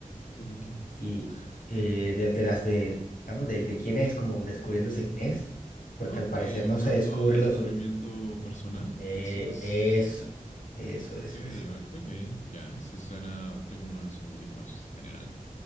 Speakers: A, on the left; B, on the left.
A: ¿Pero qué?
B: y
A: <laughs>
B: eh, del- de, las de, digamos, de, de quién es, como descubriéndose quién es, porque
A: Ok,
B: al parecer
A: un
B: no se
A: autodescubrimiento
B: descubre los...
A: personal.
B: eh,
A: Eso es.
B: eso, eso,
A: Ok,
B: eso,
A: ay,
B: eso.
A: ok. Ya, se suena. Tengo una visión un poquito más general.